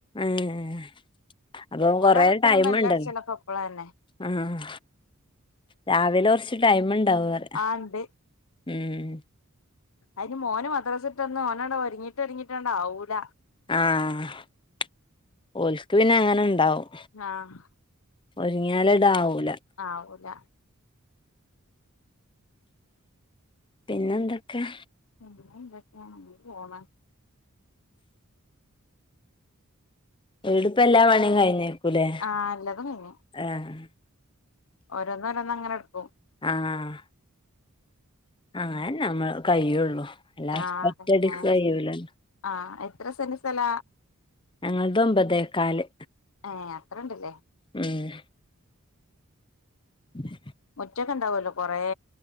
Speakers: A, on the left; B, on the left.
A: ഏഹ്അപ്പൊകൊറേടൈമ്ണ്ടല്ലോ
B: ഓലെ അടുത്തലും ബെല്ലടിച്ചലൊക്കെ ഇപ്പളന്നെ
A: ആഹ് രാവിലെകൊറച്ച് ടൈമണ്ടാവറി
B: ആഹ്ണ്ട്
A: ആഹ്
B: അയിന് മോന് മദ്രസ്ട്ടന്നഒന്നാണ്ട് ഒരുങ്ങിട്ടൊരിങ്ങിട്ടുണ്ടാവൂല
A: ആഹ്ഓല്ക്പിന്നെങ്ങനെണ്ടാവും
B: ആഹ്
A: ഒരിങ്ങാല് ണ്ടാവൂല
B: ആവുല
A: പിന്നെന്തൊക്കെ?
B: പിന്നെന്തൊക്കെയാണ്ങ്ങനെ പോണ്
A: വീട്പ്പെല്ലാപണിയും കഴിഞ്ഞേക്കൂലേ
B: ആഹ് എല്ലതുംകയിഞ്ഞ്
A: ആഹ്
B: ഓരൊന്ന് രോന്നങ്ങനെടുക്കും.
A: ആഹ് ആയന്നെനമ്മള കയിയൊള്ളുഎല്ലാ
B: ആഹ്
A: ഒറ്റടിക്ക്കഴിയുലല്ലോ
B: ഫൈനാൻസ് ആഹ് എത്രസെന്റ്സ്ഥല
A: ഞങ്ങള്തൊമ്പതേക്കാല്
B: ഏഹ് അത്രണ്ട്ല്ലേ
A: ആഹ് <unintelligible>
B: മുറ്റക്കെണ്ടാവല്ലോകൊറേ